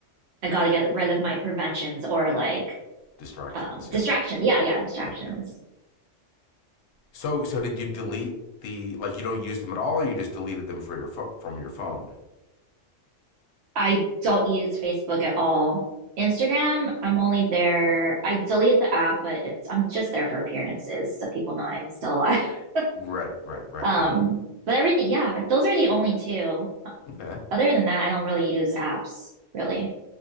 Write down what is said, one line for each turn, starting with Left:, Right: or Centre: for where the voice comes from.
Right: I got to get rid of my preventions or like
Left: Distractions.
Right: um, distractions.
Left: Yeah.
Right: Yeah, yeah, distractions.
Left: Yeah, yeah. So so did you delete the like you don't use them at all or you just deleted them for your fo- from your phone?
Right: I don't use Facebook at all. Instagram, I'm only there. I deleted the app, but it's I'm just there for appearances so people know I'm still alive. <laughs>
Left: Right, right, right,
Right: Um,
Left: right.
Right: but everything, yeah, those are the only two.
Left: Okay.
Right: Other than that, I don't really use apps, really.